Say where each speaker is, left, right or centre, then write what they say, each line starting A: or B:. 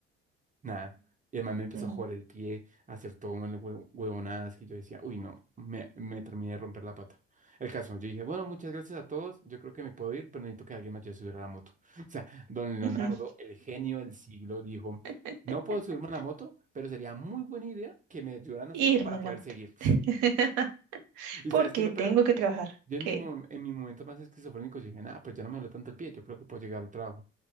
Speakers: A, on the right; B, on the right.
A: Nada. Y además me empezó
B: Ujú,
A: a jugar el pie, a hacer todo mal hue- huevonadas que yo decía, uy, no, me, me terminé de romper la pata. El caso, yo dije, bueno, muchas gracias a todos, yo creo que me puedo ir, pero necesito que alguien me ayude a subir a la moto. <laughs> O sea, don Leonardo,
B: ujú, ujú.
A: el genio del siglo, dijo,
B: <laughs>
A: no puedo subirme a la moto, pero sería muy buena idea que me ayudaran a
B: Irme
A: subir para
B: en
A: poder
B: la moto.
A: seguir.
B: <laughs>
A: ¿Y
B: Porque
A: sabes qué es lo
B: tengo
A: peor?
B: que trabajar.
A: Yo en
B: ¿Qué?
A: mi, mo- en mi momento más esquizofrénico yo dije, nada, pero ya no me duele tanto el pie, yo creo que puedo llegar al trabajo.